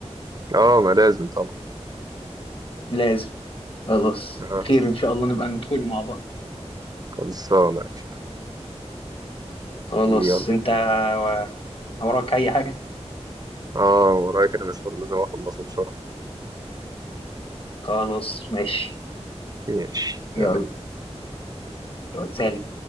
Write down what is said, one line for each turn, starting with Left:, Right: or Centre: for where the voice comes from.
Right: اه ما لازم طبعا
Left: لازم خلاص
Right: آه،
Left: خير ان شاء الله نبقى ندخل مع بعض
Right: خلصانة قشطة
Left: خلاص
Right: يلا
Left: انت و- وراك اي حاجة
Right: اه ورايا كده مشوار لازم اخلصه بسرعة
Left: خلاص ماشي
Right: ماشي سلام.
Left: يلا سلام